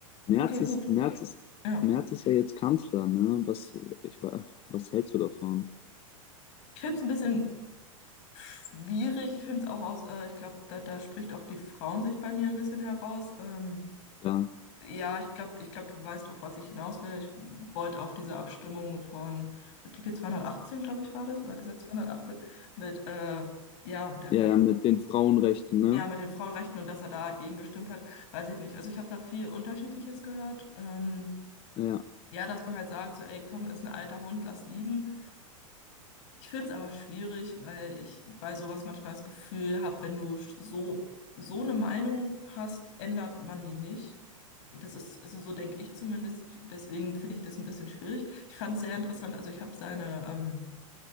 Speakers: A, on the left; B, on the left.
A: Merz
B: Okay,
A: ist,
B: gut.
A: Merz ist,
B: Ja.
A: Merz ist ja jetzt Kanzler, ne? Was, ich, wa- was hältst du davon?
B: Ich finde es ein bisschen schwierig. Ich finde es auch aus, äh, ich glaube, da, da spricht auch die Frauensicht bei mir ein bisschen heraus. Ähm,
A: Klar.
B: ja, ich glaube, ich glaub, du weißt, auf was ich hinaus will. Ich wollte auf diese Abstimmung von Artikel 218, glaube ich, war das, oder Gesetz 218 mit, äh, ja, der
A: Ja,
B: Ver
A: ja, mit den Frauenrechten, ne?
B: ja, mit den Frauenrechten und dass er dagegen gestimmt hat, weiß ich nicht. Also ich habe da viel Unterschiedliches gehört. Ähm,
A: Ja.
B: ja, dass man halt sagt, so, ey, komm, ist ein alter Hund, lass liegen. Ich finde es aber schwierig, weil ich bei sowas manchmal das Gefühl habe, wenn du so, so eine Meinung hast, ändert man die nicht. Und das ist, also so denke ich zumindest, deswegen finde ich das ein bisschen schwierig. Ich fand es sehr interessant, also ich habe seine, ähm,